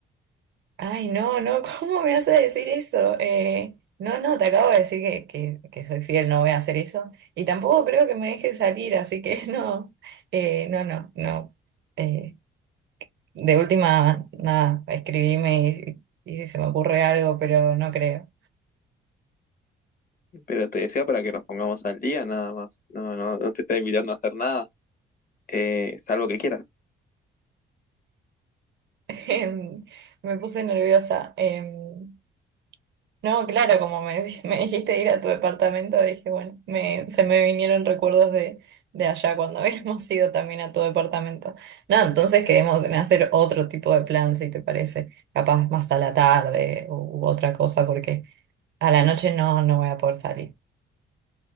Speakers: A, on the right (about 65°); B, on the left (about 45°).
A: Ay, no, no, <laughs> ¿cómo me hace decir eso? Eh, no, no, te acabo de decir que, que, que soy fiel, no voy a hacer eso. Y tampoco creo que me deje salir, así que <laughs> no, eh, no, no, no. Eh, de última, nada, escribime y, y si se me ocurre algo, pero no creo.
B: Pero te decía para que nos pongamos al día, nada más. No, no, no te estoy invitando a hacer nada, eh, salvo que quieras.
A: Em, me puse nerviosa. Em, no, claro, como me, di- <laughs> me dijiste ir a tu departamento, dije, bueno, me, se me vinieron recuerdos de, de allá cuando <laughs> habíamos ido también a tu departamento. No, entonces quedemos en hacer otro tipo de plan, si te parece, capaz más a la tarde u, u otra cosa, porque a la noche no, no voy a poder salir.